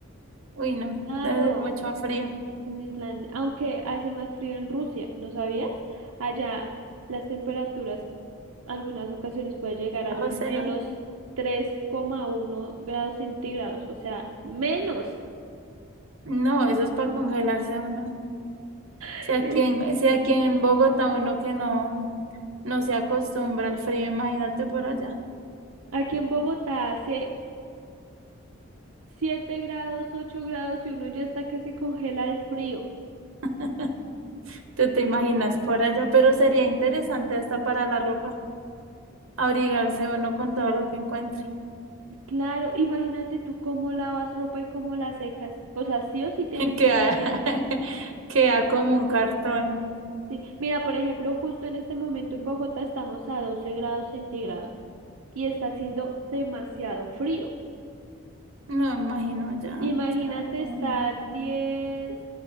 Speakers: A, on the right; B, on the right.
A: uy, no,
B: Claro,
A: debe ser mucho frío,
B: en Islandia, aunque hace más frío en Rusia, ¿no sabías? Allá las temperaturas algunas ocasiones puede llegar a
A: bajo
B: los
A: cero.
B: menos tres coma uno grados centígrados, o sea, menos.
A: No, eso es para congelarse uno. Si
B: <laughs>
A: aquí en, si aquí en Bogotá uno que no, no se acostumbra al frío, imagínate por allá.
B: Aquí en Bogotá hace 7 grados, 8 grados y uno ya está que se congela el frío.
A: <laughs> Tú te imaginas por allá, pero sería interesante hasta para la ropa, abrigarse uno con todo lo que encuentra.
B: Claro, imagínate tú cómo lavas ropa y cómo la secas. O sea, sí o sí tienes
A: <laughs> que
B: que tener.
A: <laughs> queda como un cartón.
B: Sí. Mira, por ejemplo, justo en este momento en Bogotá estamos a 12 grados centígrados y está haciendo demasiado frío.
A: No me imagino ya,
B: Imagínate
A: o sea, um,
B: estar diez